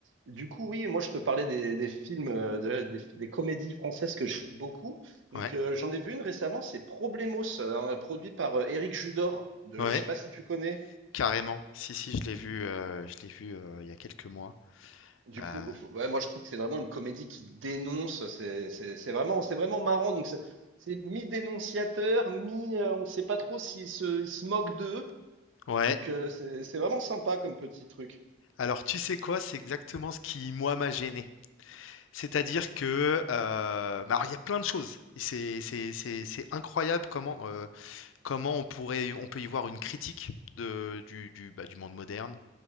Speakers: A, on the right (about 70°); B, on the left (about 80°).
A: Du coup, oui, moi je te parlais des, des films, euh, de- des, des comédies françaises que j'aime beaucoup. Donc
B: Ouais,
A: euh, j'en ai vu une récemment, c'est Problemos, euh, produit par euh, Éric Judor. De,
B: ouais,
A: je sais pas si tu connais.
B: carrément. Si, si, je l'ai vu, euh, je l'ai vu euh, il y a quelques mois.
A: Du
B: Euh,
A: coup, euh, ouais, moi je trouve que c'est vraiment une comédie qui dénonce. C'est c'est- c'est vraiment, c'est vraiment marrant. Donc c'est c'est mi-dénonciateur, mi, euh, on sait pas trop s'ils se, ils se moquent d'eux.
B: ouais.
A: Donc euh, c'est c'est vraiment sympa comme petit truc.
B: Alors, tu sais quoi? C'est exactement ce qui, moi, m'a gêné. C'est-à-dire que, euh, bah, alors, il y a plein de choses. Et C'est, c'est, c'est, c'est incroyable comment, euh, comment on pourrait, on peut y voir une critique de, du, du, bah, du monde moderne.